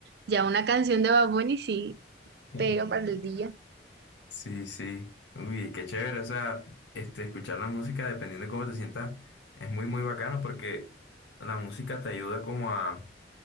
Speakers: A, on the right; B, on the left.
A: ya una canción de Bad Bunny sí
B: <laughs>
A: pega para el día.
B: Sí, sí. Uy, qué chévere. O sea, este, escuchar la música, dependiendo de cómo te sientas, es muy, muy bacano porque la música te ayuda como a